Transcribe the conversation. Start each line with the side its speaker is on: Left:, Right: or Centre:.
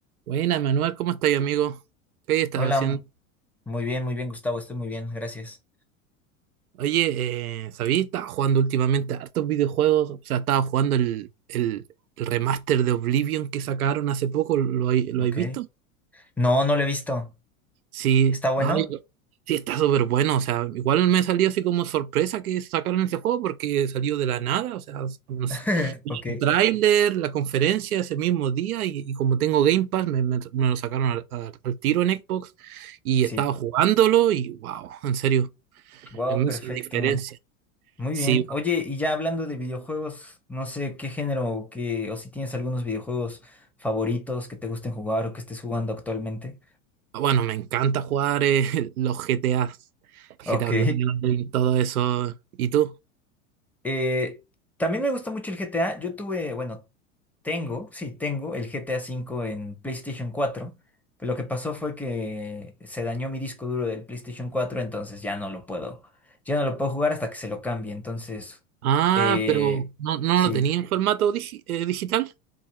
Right: Buena, Manuel, ¿cómo estáis, amigo? ¿Qué hay estado
Centre: Hola,
Right: haciendo?
Centre: m- muy bien, muy bien, Gustavo, estoy muy bien, gracias.
Right: Oye, eh, ¿sabías? Estaba jugando últimamente hartos videojuegos. O sea, estaba jugando el, el, el remaster de Oblivion que sacaron hace poco. ¿Lo, hay- lo
Centre: Ok.
Right: habéis visto?
Centre: No, no lo he visto.
Right: Sí,
Centre: ¿Está bueno?
Right: no, yo- sí, está súper bueno. O sea, igual me salió así como sorpresa que sacaron ese juego porque salió de la nada. O sea, no sé,
Centre: <laughs> Ok.
Right: el tráiler, la conferencia ese mismo día. Y, y como tengo Game Pass, me, me- me lo sacaron al, al al tiro en Xbox. Y
Centre: Sí.
Right: estaba jugándolo y wow, en serio.
Centre: Wow,
Right: Es más,
Centre: perfecto.
Right: sin diferencia.
Centre: Muy
Right: Sí,
Centre: bien. Oye, y ya hablando de videojuegos, no sé qué género o qué, o si tienes algunos videojuegos favoritos que te gusten jugar o que estés jugando actualmente.
Right: bueno, me encanta jugar eh, <laughs> los GTA, GTA
Centre: Ok.
Right: Online, todo eso. ¿Y tú?
Centre: Eh, también me gusta mucho el GTA. Yo tuve, bueno, tengo, sí, tengo el GTA cinco en PlayStation cuatro Pero lo que pasó fue que se dañó mi disco duro del PlayStation cuatro entonces ya no lo puedo, ya no lo puedo jugar hasta que se lo cambie. Entonces,
Right: Ah,
Centre: eh,
Right: pero no, no
Centre: sí,
Right: lo tenía en formato digi- eh, digital.